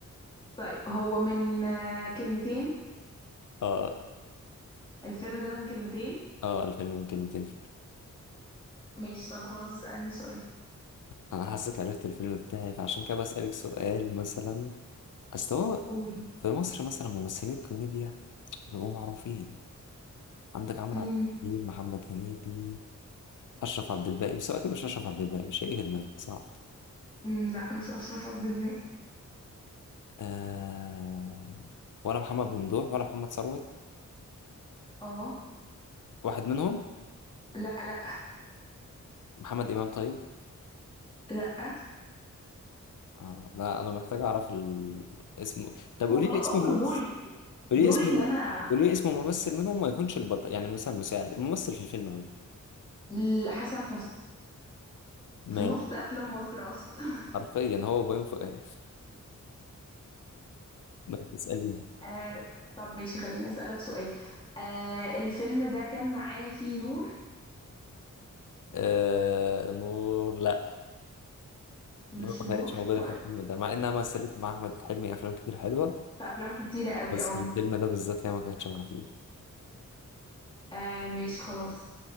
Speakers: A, on the left; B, on the left.
A: طيب هو من آه، كلمتين
B: اه
A: الفيلم ده من كلمتين
B: اه الفيلم من كلمتين فعلا
A: ماشي طب خلاص اسالني سؤال
B: انا حاسك عرفت الفيلم بتاعي فعشان كده بسألك سؤال مثلا اصل هو
A: قولي
B: في مصر مثلا ممثلين الكوميديا بيبقوا معروفين عندك عمرو
A: امم
B: عبد الحليم محمد هنيدي اشرف عبد الباقي بس هو اكيد مش اشرف عبد الباقي مش هيجي في دماغي صعب
A: أمم، لا مش اشرف عبد الباقي
B: آه... ولا محمد ممدوح ولا محمد ثروت
A: اه
B: واحد منهم
A: لا لا
B: محمد امام طيب
A: لا
B: آه... لا انا محتاج اعرف ال... اسمه طب قولي
A: طب خلاص
B: لي اسم
A: اصلا
B: الممثل
A: دوري دوري
B: قولي لي اسمه
A: ان انا
B: قولي لي اسم ممثل منهم ما يكونش البطل يعني مثلا مساعد ممثل في الفيلم عموما
A: ل- حسن حسني
B: مات
A: في نص افلام مصر اصلا
B: حرفيا هو وبيومي فؤاد <laughs> ما تسأليني
A: آه طب ماشي خليني أسألك سؤال آه الفيلم ده كان معاه فيه نور
B: آه... نور لا
A: مش
B: نور ما
A: نور
B: كانتش موجودة
A: طيب
B: في الفيلم ده مع إنها مثلت مع أحمد حلمي أفلام كتير حلوة
A: في أفلام كتيرة قوي
B: بس
A: أهو
B: الفيلم ده بالذات هي ما كانتش معاه فيه
A: آه ماشي خلاص